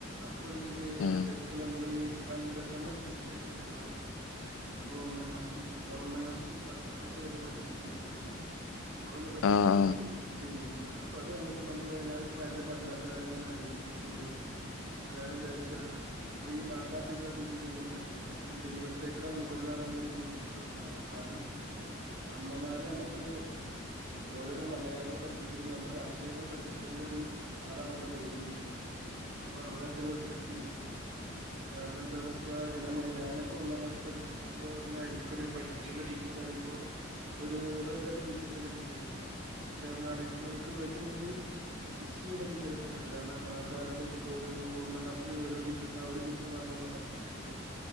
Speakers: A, on the right; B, on the left.
A: പൊല്ണ്ട്
B: ഉം
A: പെട്ട് നമ്മളീ പണ്ടത്തെ നമ്മ ടീച്ചേഴ്സ് ഇല്ലെ നമ്മളെ നമ്മള് ഒന്നാം ക്ലാസ്സ്ന്നും ഒന്നാം ക്ലാസ്സുതല് പത്താം ക്ലാസ് വരെയൊക്കെ പഠിപ്പിച്ച ടീച്ചർമാരെ ഓലെ പറ്റിട്ടുല്ലൊരൂ
B: ആഹ് ആഹ്
A: റീൽ അപ്പൊ അത് കണ്ടപ്പോ നമ്മള് <unintelligible> പണ്ടത്തെ കാലം ഇങ്ങനെ ആലോയികിച്ചു പോയിരുന്നു കാരണം എന്താച്ചാ ഈ മാതാപിതാ ഗുരു ദൈവം ന്നല്ലേ കാരണം ദൈവത്തേക്കാൾ മുകളിലാണ് നമ്മളെ ഈ ഗുരുക്കള സ്ഥാനം കാരണം അമ്മമാര് നമ്മുക്ക് ഓരോര നല്ല കാര്യങ്ങൾ പഠിപ്പി ചൊരുമ്പോ മ്മക്ക് അക്ഷരങ്ങൾ പഠിപ്പിച്ചുതര്നൊരു ആളാണ് നമ്മളെ ദൈവ ഗുരുക്കള് അപ്പ അവരെ അത്രിം റെസ്‌പെക്ട് ചെയ്യണം കാരണെന്താന്ന്ച്ചാ നമ്മയി ഞാനൊക്കെ ഒന്നാം ക്ലാസ്സി പഠിപ്പിക്കുമ്പോ ർഞ്ഞാ ഇൻക്കൊരു പഠിപ്പിച്ചള്ള ടീച്ചറ് റിമ്പോ ഒരു റംലത് ടീച്ചർ ന്നർഞ ടീച്ചറ് ആ ടീച്ചറൊക്കെർഞ്ഞാല് കമ്മയ്ക്ക് ഏറ്റവും കൂടുതൽ മിസ് ചെയ്യുന്ന ടീച്ചറൊക്കെയാണ്ത് കാരണം ആ കാലത്ത് എനിക്ക് ഒരൂ ഒന്നാം ക്ലാസ്സില് ഓരോ ടീച്ചർ ഒരു ടീച്ചർ മാത്രേ നമ്മൾ പഠിപ്പിച്ചുരത്തുള്ളൂ